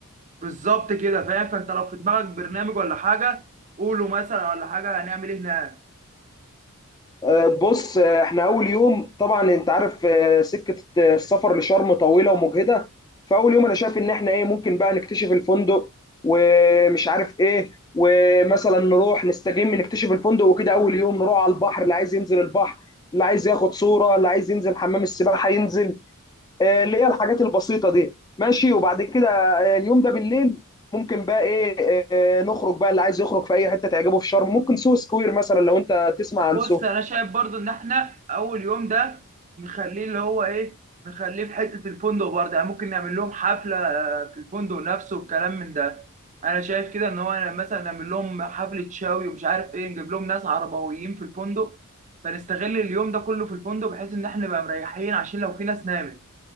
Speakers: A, on the right (about 35°); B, on the left (about 20°).
A: بالظبط كده فاهم فانت لو في دماغك برنامج ولا حاجه قوله مثلا ولا حاجه هنعمل ايه هناك
B: آه، بص آه، احنا اول يوم طبعا انت عارف آه، سكه آه، السفر لشرم طويله ومجهده فاول يوم انا شايف ان احنا ايه ممكن بقى نكتشف الفندق ومش عارف ايه ومثلا نروح نستجم نكتشف الفندق وكده اول يوم نروح على البحر اللي عايز ينزل البحر اللي عايز ياخد صوره اللي عايز ينزل حمام السباحه ينزل آه، اللي هي الحاجات البسيطه دي ماشي وبعد كده آه، اليوم ده بالليل ممكن بقى ايه آه، نخرج بقى اللي عايز يخرج في اي حته تعجبه في شرم ممكن سو سكوير مثلا لو انت تسمع عن
A: بص
B: سو
A: انا شايف برضو ان احنا اول يوم ده نخليه اللي هو ايه نخليه في حته الفندق برضه يعني ممكن نعمل لهم حفله آه، في الفندق نفسه والكلام من ده انا شايف كده ان هو مثلا نعمل لهم حفله شاوي ومش عارف ايه نجيب لهم ناس عربويين في الفندق فنستغل اليوم ده كله في الفندق بحيث ان احنا نبقى مريحين عشان لو في ناس نامت